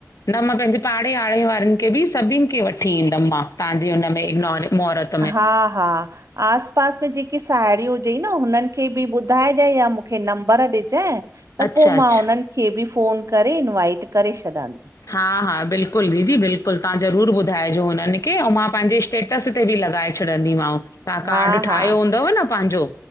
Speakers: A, on the left; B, on the right.
A: न मां पंहिंजे पाड़े आड़े वारनि खे बि सभिननि खे वठी ईंदमि मां। तव्हांजी हुनम मोहरत
B: हा हा। आस पास में जेकी साहेड़िय हुज न हुननि खे बि ॿुधाइजे या मूंखे नंबर ॾिजइ। त
A: अच्छा
B: पोइ
A: अच्छा
B: मां उन्हनि खे बि फ़ोन करे इनवाइट करे छॾंदमि।
A: हा हा बिल्कुलु दीदी बिल्कुलु तहां ज़रूर ॿुधाइजो हुननि खे ऐं मां पंहिंजे स्टेटस ते बि लॻाए छॾींदीमांव तहां काड
B: हा
A: ठाहियो
B: हा
A: हूंदव न पांजो।